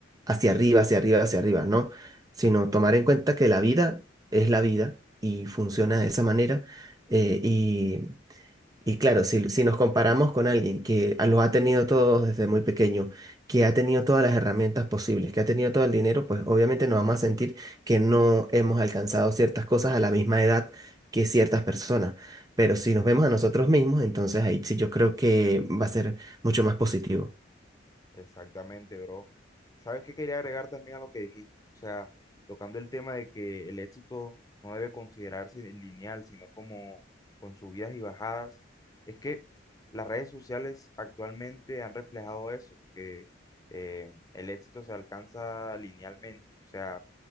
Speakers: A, on the right; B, on the left.
A: hacia arriba, hacia arriba, hacia arriba, ¿no? Sino tomar en cuenta que la vida es la vida y funciona de esa manera eh, y y claro, si, si nos comparamos con alguien que a- lo ha tenido todo desde muy pequeño, que ha tenido todas las herramientas posibles, que ha tenido todo el dinero, pues obviamente nos vamos a sentir que no hemos alcanzado ciertas cosas a la misma edad que ciertas personas. Pero si
B: Sí.
A: nos vemos a nosotros mismos, entonces ahí sí yo creo que va a ser mucho más positivo.
B: Exactamente, bro. ¿Sabes qué quería agregar también a lo que dijiste? O sea, tocando el tema de que el éxito no debe considerarse lineal, sino como con subidas y bajadas. Es que las redes sociales actualmente han reflejado eso, que eh, el éxito se alcanza linealmente. O sea,